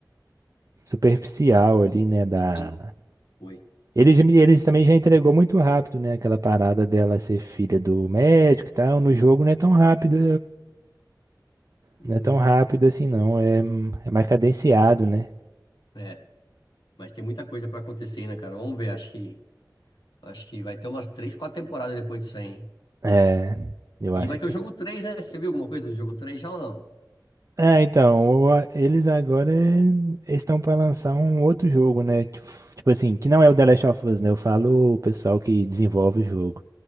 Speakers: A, on the right; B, on the left.
A: superficial ali, né, da
B: Sim, foi.
A: Eles, eles também já entregou muito rápido, né? Aquela parada dela ser filha do médico e tal. No jogo não é tão rápido Não
B: Hum,
A: é tão rápido assim, não. É, é mais cadenciado, né?
B: é, mas tem muita coisa para acontecer, né, cara? Vamos ver, acho que, acho que vai ter umas três, quatro temporadas depois disso aí, hein?
A: É, eu
B: E
A: acho.
B: vai ter o jogo três né? Você viu alguma coisa do jogo 3 já ou não?
A: É, então, o- a- eles agora é, estão para lançar um outro jogo, né? Tipo tipo assim, que não é o The Last of Us, né? Eu falo o pessoal que desenvolve o jogo.